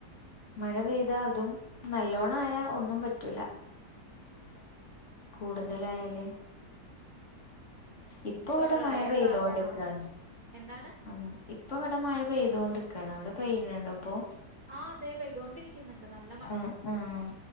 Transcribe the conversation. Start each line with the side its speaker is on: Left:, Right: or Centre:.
Left: മഴ പെയ്താ അതും നല്ലോണം ആയാ ഒന്നും പറ്റൂല
Right: ഉം ഉം പറ്റില്ല
Left: കൂടുതലായാല്
Right: പിന്നെ
Left: ഇപ്പൊ
Right: ഇനിയിപ്പോ
Left: ഇവിടെ
Right: പ്രളയൊക്കെ
Left: മഴ പെയ്തോണ്ടിക്കാണ്
Right: ആവാണാവോ എന്താണ്
Left: ആഹ് ഇപ്പൊ ഇവിടെ മഴ പെയ്തോണ്ട് നിക്കാണ് അവിടെ പെയ്യണണ്ടോ ഇപ്പോ
Right: ആഹ് അതെ പെയ്തോണ്ടിരി ക്കുന്നുണ്ട് നൽ
Left: ഉം ഉം